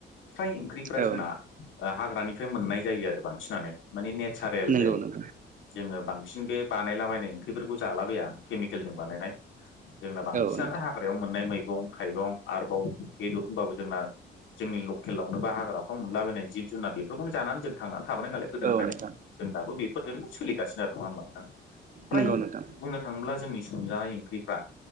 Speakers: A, on the left; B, on the right.
A: फ्राय ओंख्रिफ्रा
B: औ
A: जोंना हाग्रानिफ्राय मोननाय जायो आरो बांसिनानो माने नेचारेल
B: नंगौ
A: जायो
B: नोंथां
A: जोङो बांसिन बे बानायलाबायनाय ओंख्रिफोरखौ जालाबाया केमिकेलजों बानायनाय जोंना बांसिनानो
B: औ नोंथां
A: हाग्रायाव मोननाय मैगं थाइगं आरबाव बेदर होनबाबो जोंना जोंनि लकेलावनो बा हाग्राफ्राव मोनलाबायनाय जिब जुनार बेफोरखौनो जानानै जों थांनानै थाबोनाय नालाय गोदोनिफ्रायनो
B: औ नोंथां
A: जों दाबो बेफोरजोंनो सोलिगासिनो आरो नङा होमबा नोंथां प्राय
B: नंगौ नोंथां
A: बुंनो थाङोब्ला जोंनि संजानाय ओंख्रिफ्रा